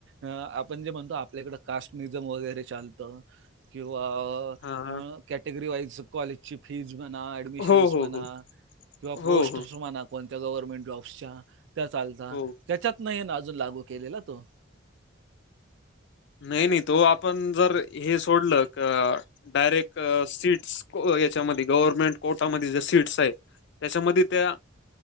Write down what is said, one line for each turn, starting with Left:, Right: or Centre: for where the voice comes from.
Right: आपण जे म्हणतो आपल्याकड कास्टनिजम वगैरे चालतं किंवा
Left: हा हा.
Right: कॅटेगरी वाईज कॉलेज ची फीज म्हणा ऍडमिशन्
Left: हो हो
Right: म्हणा
Left: हो
Right: किंवा पोस्ट
Left: हो हो
Right: म्हणा. कोणत्या गव्हर्मेंट जॉब्सच्या त्या चालतात
Left: हो
Right: त्याच्यातन हे अजून लागू केलेला तो
Left: नाही नाही तो आपण जर हे सोडलं का? डायरेक्ट सीट्स याच्यामध्ये गव्हर्नमेंट कोर्टामध्ये जे सीट्स आहे. त्याच्यामध्ये त्या